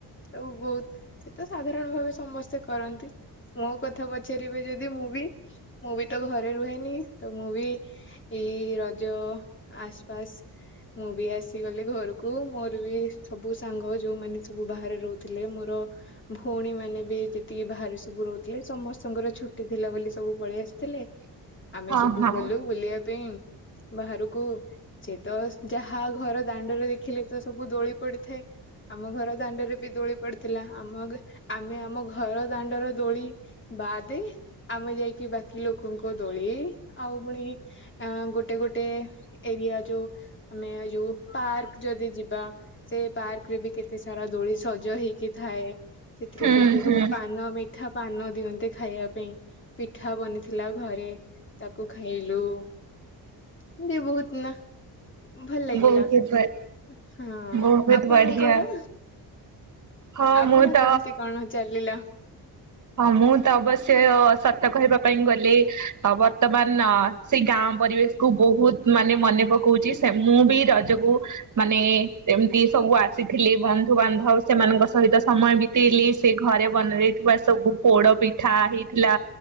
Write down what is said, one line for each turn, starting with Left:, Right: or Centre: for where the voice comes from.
Left: ଆଉ ବୋହୁତ ସେ ତ ସାଧାରଣ ଭାବେ ସମସ୍ତେ କରନ୍ତି। ମୋ କଥା ପଚାରିବେ ଯଦି ମୁଁ ବି ମୁଁ ବି ତ ଘରେ ରୁହେନି ତ ମୁଁ ବି ଏଇ ରଜ ଆସପାସ୍ ମୁଁ ବି ଆସିଗଲି ଘରୁକୁ ମୋରୋ ବି ସବୁ ସାଙ୍ଗ ଯୋଉମାନେ ସବୁ ବାହାରେ ରୋହୁଥିଲେ ମୋର ଭୋଉଣୀ ମାନେ ବି ଯେତିକି ବାହାରେ ସବୁ ରୋହୁଥିଲେ ସମସ୍ତଙ୍କର ଛୁଟି ଥିଲା ବୋଲି ସବୁ ପଳେଇ ଆସିଥିଲେ। ଆମେ
Right: ହଁ
Left: ସବୁ
Right: ହଁ
Left: ଗଲୁ ବୁଲିବା ପାଇଁ ବାହାରକୁ। ସେ ତ ଯାହା ଘର ଦାଣ୍ଡରେ ଦେଖିଲେ ତ ସବୁ ଦୋଳି ପଡିଥାଏ। ଆମ ଘର ଦାଣ୍ଡରେ ବି ଦୋଳି ପଡିଥିଲା ଆମ ଆମେ ଆମ ଘର ଦାଣ୍ଡର ଦୋଳି ବାଜ୍‌ ଆମେ ଯାଇକି ବାକି ଲୋକଙ୍କ ଦୋଳି ଆଉ ପୁଣି ଅ ଗୋଟେ ଗୋଟେ ଏରିଆ ଯୋଉ ଆମେ ଯୋଉ ପାର୍କ ଯଦି ଯିବା ସେ ପାର୍କ ରେ ବି କେତେ ସାରା ଦୋଳି ସଜ ହେଇକି ଥାଏ ସେଥିରେ
Right: ହୁଁ
Left: କେତେ
Right: ହୁଁ
Left: ସବୁ ପାନ ମି ମିଠା ପାନ ଦିଅନ୍ତେ ଖାଇବା ପାଇଁ ପିଠା ବନିଥିଲା ଘରେ ତାକୁ ଖାଇଲୁ। ଇଏ ବହୁତ ନା ଭଲ ଲାଗିଲା।
Right: ବହୁତ ଭଲ
Left: ହଁ
Right: ବହୁତ
Left: ଆପଣଙ୍କର
Right: ବଢିଆ ହଁ
Left: ଆପଣ
Right: ମୁଁ ତ
Left: କେମିତି କଣ? ଚାଲିଲା
Right: ହଁ ମୁଁ ତ ଅବଶ୍ୟ ସତ କହିବା ପାଇଁ ଗଲି ବର୍ତମାନ ସେଇ ଗାଁ ପରିବେଶ କୁ ବହୁତ ମାନେ ମନେ ପକଉଛି ସେ ମୁଁ ବି ରଜକୁ ମାନେ ଏମିତି ସବୁ ଆସିଥିଲେ ବନ୍ଧୁବାନ୍ଧବ ସେମାନଙ୍କ ସହିତ ସମୟ ବି ଲି ସେ ଘରେ ବନାଯାଇଥିବା ସବୁ ପୋଡ ପିଠା ହେଇଥିଲା